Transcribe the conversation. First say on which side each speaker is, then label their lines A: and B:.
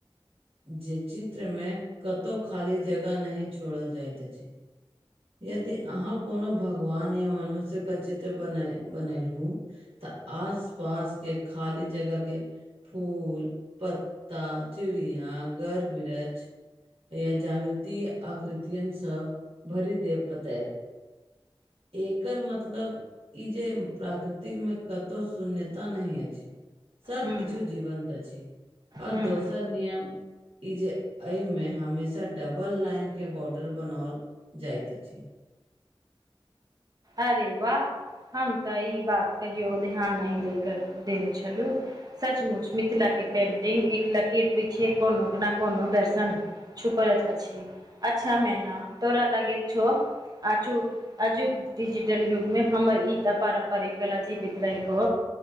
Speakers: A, on the right; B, on the right.
A: जे चित्र में कतौ खाली जगह नही छोड़ल जाइत अछि यदि अहाँ कोनो भगवान या मनुष्यके चित्र बने बनेलहु तऽ आस पास के खाली जगह के फूल पत्ता चिड़िया घर बृछ या ज्यमिति आकृतियन सऽ भरि देव बतैब एकर मतलब ई जे प्राकृतिकमे कतहु शून्यता नहि अछि सभकछु
B: हूँ
A: जीवन्त अछि आओर
B: हूँ
A: दोसर नियम ई जे एहिमे हमेशा डबल लाइन के बॉर्डर बनाओल जाइत अछि
B: अरे वाह हम तऽ ई बात कहियो ध्यान नहि दे देने छलू सचमुच मिथिला के पेंटिंग एक लकीर पीछे कोन टोकना कोनो दर्शन छुपलक अछि अच्छा मैना तोरा लागैत छौ आजु आजुक डिजिटल युगमे हमर ई तऽ पारम्परिक कला जीवित रहितो